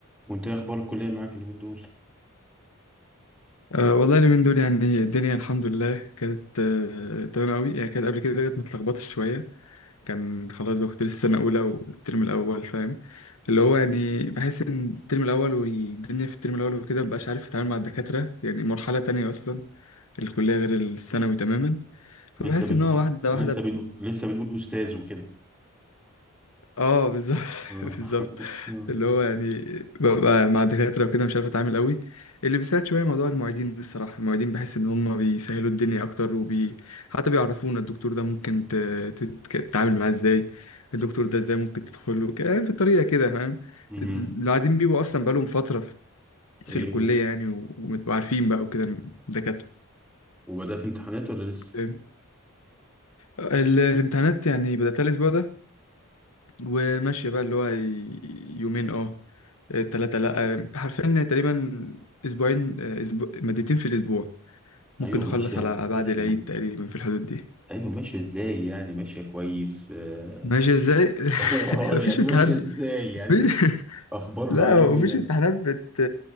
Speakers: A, in the centre; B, on the left.
A: وانت ايه اخبار الكليه معاك اليومين دول
B: أه والله اليومين دول يعني الدنيا الحمد لله كانت أه تمام قوي يعني كانت قبل كده كانت متلخبطة شوية كان خلاص بقى كنت لسه سنة أولى والترم الأول فاهم اللي هو يعني بحس إن الترم الأول والدنيا في الترم الأول وكده مبقاش عارف أتعامل مع الدكاترة يعني مرحلة تانية أصلا الكلية غير الثانوي تماما فبحس
A: لسه بنقول
B: إن هو واحدة
A: لسه
B: واحدة
A: بنقول لسه بنقول استاذ وكده
B: اه بالظبط <laughs>
A: آه.
B: بالظبط
A: <laughs> آه.
B: اللي هو يعني ببقى مع الدكاترة وكده مش عارف اتعامل قوي اللي بيساعد شوية موضوع المعيدين الصراحة المعيدين بحس ان هم بيسهلوا الدنيا اكتر وبي حتى بيعرفونا الدكتور ده ممكن ت... تت- تتعامل معاه ازاي الدكتور ده ازاي ممكن تدخله ك- يعني بالطريقة كده فاهم
A: مم.
B: القاعدين بيبقوا اصلا بقالهم فترة في في
A: ايه
B: الكلية
A: و-
B: يعني و- وعارفين بقى وكده الدكاترة
A: وبدات امتحانات ولا لسه
B: فاهم؟ ال- الامتحانات يعني بدأت الأسبوع ده وماشية بقى اللي هو ي- يومين اه آه، تلاتة لأ آه، حرفيا تقريبا أسبوعين آه، أسبوع مادتين في الأسبوع ممكن
A: ايوه
B: نخلص
A: ماشيه
B: على بعد
A: ماشي
B: العيد
A: يا عم
B: تقريبا في الحدود دي
A: ايوه ماشيه ازاي يعني ماشيه كويس اه
B: ماشي ازاي؟ <laughs>
A: <laughs> آه،
B: مفيش
A: يعني
B: امتحانات
A: ماشيه ازاي يعني
B: مفيش... <laughs>
A: اخبارها
B: لا
A: ايه
B: مفيش
A: يعني
B: امتحانات بت